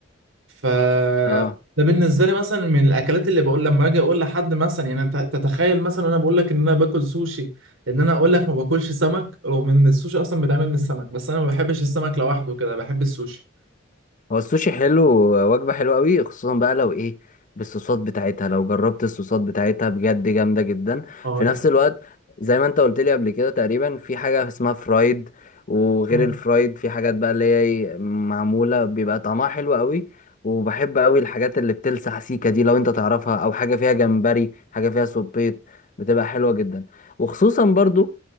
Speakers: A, on the right (about 85°); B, on the left (about 40°).
A: ف
B: آه.
A: ده بالنسبه لي مثلا من الاكلات اللي بقول لما اجي اقول لحد مثلا يعني انت تتخيل مثلا وانا بقول لك ان انا باكل سوشي ان انا اقول لك ما باكلش سمك رغم ان السوشي اصلا بيتعمل من السمك بس انا ما بحبش السمك لوحده كده بحب السوشي
B: هو السوشي حلو وجبة حلوة قوي خصوصا بقى لو ايه بالصوصات بتاعتها لو جربت الصوصات بتاعتها بجد جامدة جدا
A: اه
B: في
A: دي
B: نفس
A: حاجة
B: الوقت زي ما انت قلت لي قبل كده تقريبا في حاجة اسمها فرايد وغير
A: اه
B: الفرايد في حاجات بقى اللي هي إيه، معمولة بيبقى طعمها حلو قوي وبحب قوي الحاجات اللي بتلسع سيكا دي لو انت تعرفها او حاجة فيها جمبري حاجة فيها سبيط بتبقى حلوة جدا وخصوصا برضو